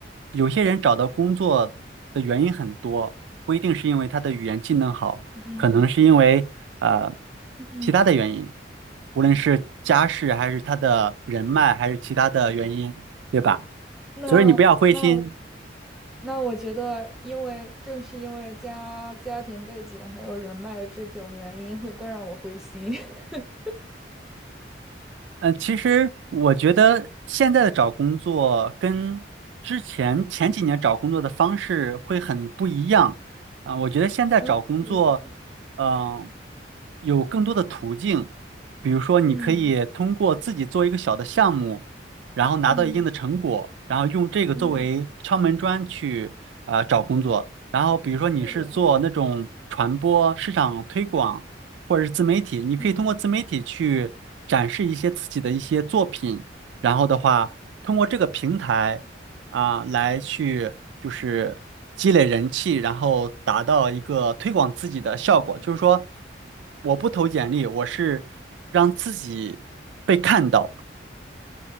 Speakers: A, on the right; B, in the centre.
A: 有些人找到工作的原因很多，不一定是因为他的语言技能好，
B: 嗯
A: 可能是因为呃
B: 嗯。
A: 其他的原因，无论是家世还是他的人脉还是其他的原因，对吧？
B: 那那我
A: 所以你不要灰心。
B: 那我觉得，因为正是因为家家庭背景还有人脉这种原因，会更让我灰心。<laughs>
A: 嗯，其实我觉得现在的找工作跟之前前几年找工作的方式会很不一样啊，我觉得现在找工作，
B: 嗯，比如，
A: 嗯、有更多的途径，比如说你可以通过自己做一个小的项目，
B: 嗯
A: 然后拿到一定的成果，
B: 嗯
A: 然后用这个作为敲门砖去啊、
B: 嗯，
A: 找工作。然后比如说你是做那种传播、
B: 是的，
A: 市场推广。或者是自媒体，你可以通过自媒体去展示一些自己的一些作品，
B: 嗯。
A: 然后的话，通过这个平台啊，来去就是积累人气，然后达到一个推广自己的效果。就是说，我不投简历，我是让自己被看到。